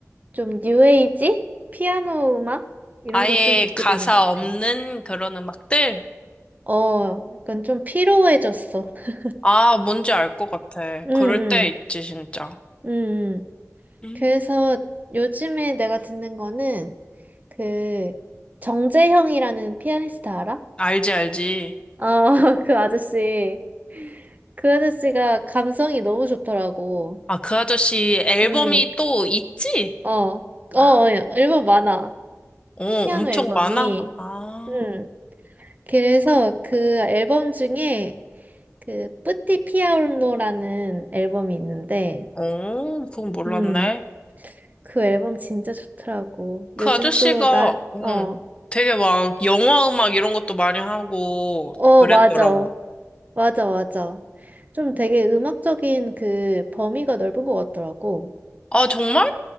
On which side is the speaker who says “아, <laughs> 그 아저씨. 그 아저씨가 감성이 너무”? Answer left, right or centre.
Right